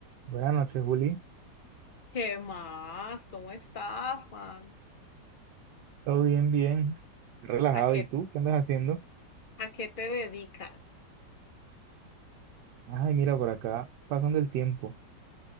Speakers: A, on the right; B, on the left.
A: Buenas noches, Juli.
B: ¿Qué más? ¿Cómo estás, Juan?
A: Todo bien, bien. Relajado.
B: ¿A qué,
A: ¿Y tú? ¿Qué andas haciendo?
B: a qué te dedicas?
A: Ay, mira por acá, pasando el tiempo.